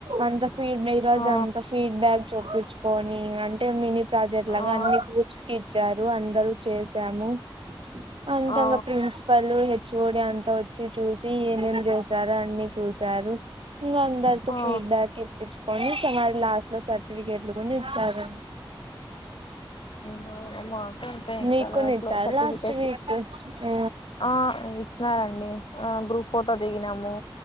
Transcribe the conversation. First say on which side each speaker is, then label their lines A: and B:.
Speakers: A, on the right (about 80°); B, on the left (about 70°).
A: అంత ఫీడ్ ఈరోజు
B: ఆ
A: అంత ఫీడ్ బ్యాక్ చూపించుకొని అంటే మీ ప్రాజెక్ట్ లాగా
B: ఆ
A: అన్ని గ్రూప్స్ కి ఇచ్చారు అందరూ చేసాము అంతంగా
B: ఆ
A: ప్రిన్సిపల్ హెచ్ఓడి అంతా వచ్చి చూసి ఏమేం చేశారా అన్ని చూసారు ఇంగ అందరితో
B: ఆ
A: ఫీడ్బ్యాక్ ఇప్పించుకొని సుమారు లాస్ట్ సర్టిఫికెట్లు కొన్ని ఇచ్చారు
B: మా మాకు అంతే ఇంకా
A: మీకు
B: కదా
A: కూడా
B: అసలు
A: ఇచ్చారు
B: సర్టిఫికేట్స్
A: లాస్ట్ వీక్ ఆ
B: ఆ ఇచ్చినారండి ఆ గ్రూప్ ఫోటో దిగినమూ